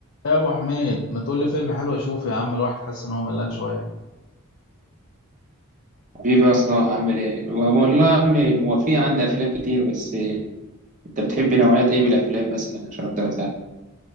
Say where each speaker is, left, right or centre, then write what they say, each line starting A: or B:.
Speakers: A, on the left; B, on the right.
A: يا ابو حميد ما تقول لي فيلم حلو اشوفه يا عم الواحد حاسس ان هو ملان شويه
B: بيبقى صلاح عامل ايه و- والله يا عمي هو في عندي افلام كتير بس انت بتحب نوعيات ايه من الافلام مثلا عشان اقدر اساعدك